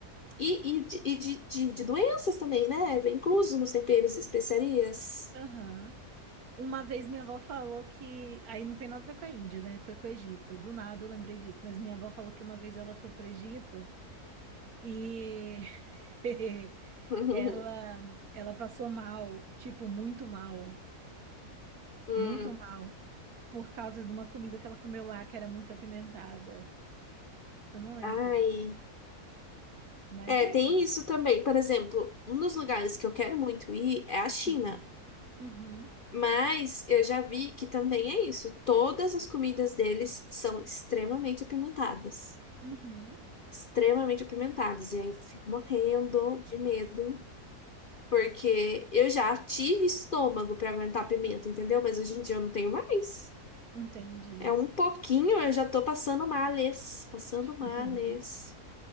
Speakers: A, on the left; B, on the right.
A: E, e, de, e de, de, de doenças também, né? Vem incluso nos temperos e especiarias.
B: Aham. Uma vez minha avó falou que. Aí não tem nada a ver com a Índia, né? Foi com o Egito. Do nada eu lembrei disso. Mas minha avó falou que uma vez ela foi pro Egito e <laughs>
A: <laughs>
B: ela, ela passou mal, tipo, muito mal.
A: Hum,
B: Muito mal. Por causa de uma comida que ela comeu lá que era muito apimentada. Eu não lembro
A: ai.
B: qual que foi. Imagina.
A: É, tem isso também. Por exemplo, um dos lugares que eu quero muito ir é a China.
B: Uhum. Uhum.
A: Mas eu já vi que também é isso. Todas as comidas deles são extremamente apimentadas.
B: Uhum.
A: Extremamente apimentadas. E aí eu fico morrendo de medo Porque eu já tive estômago pra aguentar pimenta, entendeu? Mas hoje em dia eu não tenho mais.
B: Entendi.
A: É um pouquinho, eu já tô passando males, passando males.
B: <laughs>